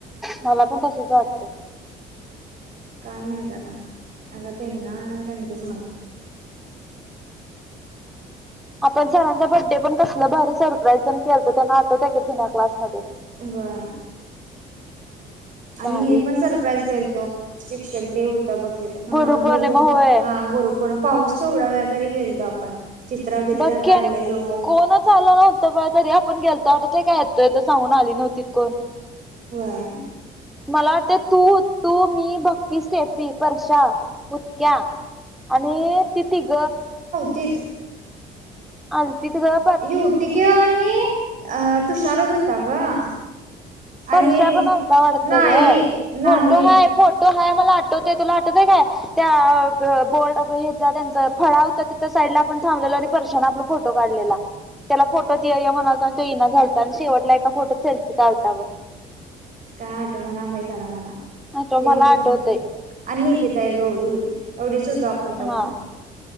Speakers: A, in the centre; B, on the right (about 50°).
A: मला पण तसच वाटतय.
B: काय माहीत आता आता त्यांना त्यांचच माहीत.
A: आपण सरांच्या बड्डे पण कसला भारी सरप्राइज केलतो त्यांना आठवतय का जुन्या क्लासमध्ये.
B: होय आणि
A: भारी
B: हे पण सरप्राईज घेलतो. शिक्षक डे होता बघ तीथ हा
A: गुरुपौर्णिमा
B: गुरु
A: होय
B: हा गुरु पौ--पाऊस थोडा वेळ तरी गेलतो आपण. चित्र बित्र
A: बघ की
B: काढलेलो
A: आणि कोणच आल नाही. बा तरी आपण गेलतो आता ते काय येतो सांगून आली नव्हती कोण.
B: <unintelligible>
A: मला वाटते तू तू मी भक्ती स्टेपी परश्या. उतक्या आणि ति तिघ.
B: तीच
A: आलती ते घ
B: ये उटिके आणि अ तुषार ज होता ग.
A: परर्शा
B: आणि
A: पण आता वाटत
B: नाही
A: ग
B: नाही
A: फोटो हाय फोटो हाय मला आटवते तुला आटवते काय. त्या बोर्ड हे जा त्यांचा फळ होत त्या त्या साईडला आपण थांबलेलं आणि स्पर्शने आपला फोटो काढलेला. त्याला फोटो ति म्हणातो आणि तो येना झालत आणि शेवटला एका फोटो सेल्फी चालता ब
B: काय आठव ना बाई क मला
A: आठव
B: तेवत.
A: मला आठवतय
B: अ एकिता एक एवढी होती एवढीच होतो. तवा
A: हा